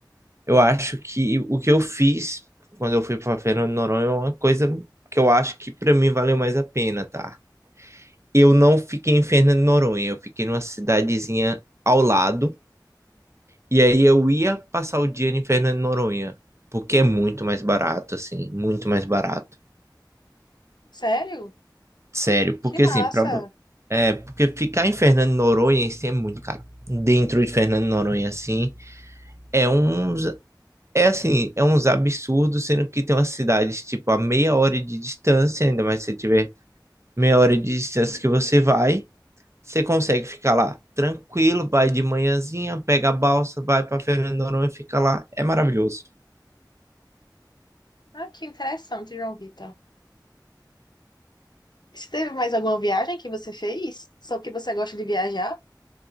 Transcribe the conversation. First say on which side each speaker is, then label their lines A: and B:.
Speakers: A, on the right (about 35°); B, on the left (about 70°).
A: Eu acho que o que eu fiz quando eu fui para Fernando de Noronha é uma coisa que eu acho que para mim valeu mais a pena, tá? Eu não fiquei em Fernando de Noronha, eu fiquei numa cidadezinha ao lado, e aí eu ia passar o dia em Fernando de Noronha, porque é muito mais barato, assim, muito mais barato.
B: Sério?
A: Sério, porque
B: Que
A: assim,
B: massa!
A: pra, vo- é, porque ficar em Fernando de Noronha em si é muito caro. Dentro de Fernando de Noronha, assim, é uns, é assim, é uns absurdos, sendo que tem umas cidades, tipo, a meia hora de distância, ainda mais se você tiver meia hora de distância que você vai, você consegue ficar lá tranquilo, vai de manhãzinha, pega a balsa, vai para Fernando de Noronha e fica lá. É maravilhoso.
B: Ah, que interessante, João Vitor. Você teve mais alguma viagem que você fez? Só porque você gosta de viajar?